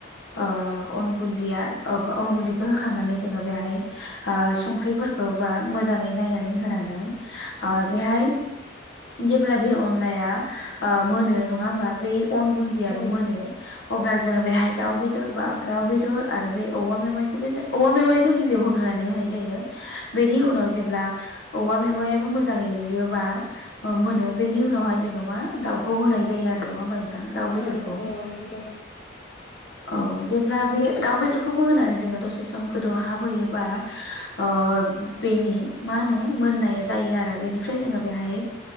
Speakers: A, on the left; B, on the left.
A: ओ अन गुन्दैया ओ अन गुन्दैखौ होखांनानै जोङो बेहाय ओ संख्रिफोरखौ बा मोजाङै नायनानै होनानै ओ बेहाय जेब्ला बे अनलाया मोनो नङा होमबा? बे अन गुन्दैयाबो
B: औ
A: मोनो अब्ला जोङो बेहाय दाउ बेदर बा दाउ बेदर आरो बे औवा मेवाइखौबो औवा मेवाइ खौ गिबियाव होग्रोनानै होनाय जायो। बेनि उनाव जेब्ला औवा मेवायाबो मोजाङै रुयोबा ओ मोनो। बेनि उनावहाय जोङो मा दाउखौ होनाय जायो आरो नङा होमबा नों थां दाउ बेदरखौ।
B: औ औ नंगौ
A: औ जेब्ला बे दाउ बेदरखौबो होनानै जोङो दसे सम गो दौहाब होयो बा ओ बेनि मा होनो मोन्नाय जायो आरो। बेनि फ्राय जोङो बेहाय